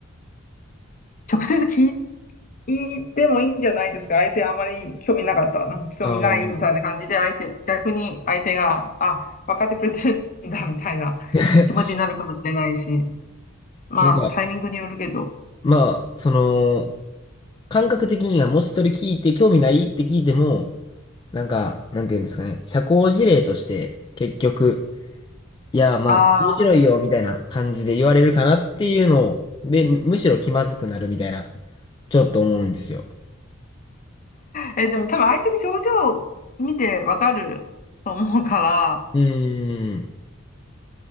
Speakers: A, on the left (about 40°); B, on the left (about 20°).
A: 直接聞いてもいいんじゃないですか。相手あまり興味なかったら、なんか興味ないみたいな感じで、
B: あー
A: 相手、逆に相手が、あ、分かってくれてるんだ、みたいな気持ちになるかもしれないし。
B: <laughs>
A: まあ、
B: なんか、
A: タイミングによるけど。
B: まあ、その、感覚的には、もしそれ聞いて、興味ないって聞いても、なんか、なんていうんですかね、社交辞令として、結局、いや、まあ、
A: ああ。
B: 面白いよ、みたいな感じで言われるかなっていうのを、で、むしろ気まずくなるみたいな、ちょっと思うんですよ。
A: え、でも多分相手の表情見てわかると思うから、
B: うーん、